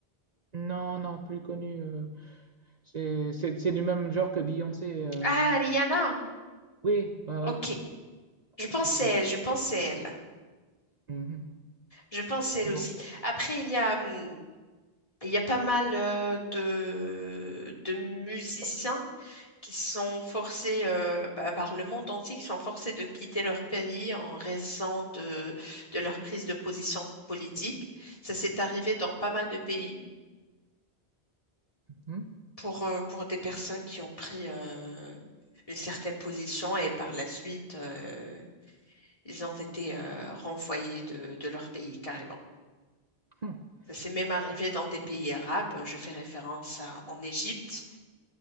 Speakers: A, on the right; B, on the left.
A: Non, non, plus connue. euh, c'est c'est- c'est du même genre que Beyoncé. euh,
B: Ah, Rihanna.
A: Oui, euh,
B: Ok. Je
A: quelque
B: pensais
A: chose comme
B: elle,
A: ça.
B: je pensais elle.
A: Mhm.
B: Je pensais elle
A: Donc,
B: aussi. Après, il y a, hum, il y a pas mal euh, de, de musiciens qui sont forcés euh, pa- par le monde entier, qui sont forcés de quitter leur pays en raison de, de leur prise de position politique. Ça s'est arrivé dans pas mal de pays
A: hum,
B: pour, euh, pour des personnes qui ont pris euh, une certaine position et par la suite, euh, ils ont été euh, renvoyés de, de leur pays carrément.
A: hum,
B: Ça s'est même arrivé
A: ouais.
B: dans des pays arabes. Je fais référence à, en Égypte.